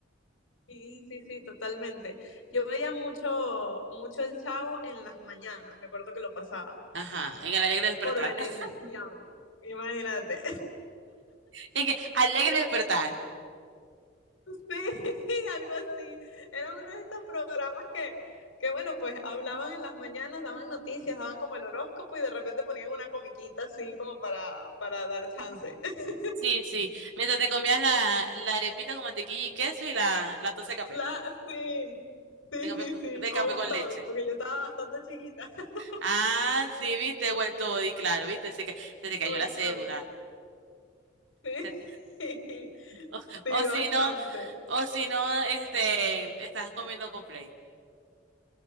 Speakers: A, on the left (about 80°); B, on the right (about 70°).
A: Sí, sí, sí, totalmente. Yo veía mucho, mucho El Chavo en las mañanas, me acuerdo que lo pasaban,
B: Ajá, en el alegre despertar.
A: por Venevisión,
B: <laughs>
A: imagínate.
B: En el alegre despertar.
A: Sí, <laughs> algo así. Era uno de estos programas que, que, bueno, pues hablaban en las mañanas, daban noticias, daban como el horóscopo y de repente ponían una comiquita así como para, para dar chance. <laughs>
B: Sí, sí. Mientras te comías la, la arepita con mantequilla y queso y la, la taza de café.
A: La, sí, sí,
B: De café,
A: sí,
B: cu-
A: sí.
B: de
A: O
B: café
A: un
B: con
A: toddy,
B: leche.
A: porque yo estaba bastante chiquita. <laughs>
B: Ah, sí, viste, vuelto y claro, viste, se, ca- se te cayó
A: Como el
B: la cédula.
A: toddy. Sí,
B: <laughs> Se-
A: <laughs>
B: o
A: sí,
B: o
A: bastante.
B: si no. O si no, este, estás comiendo con play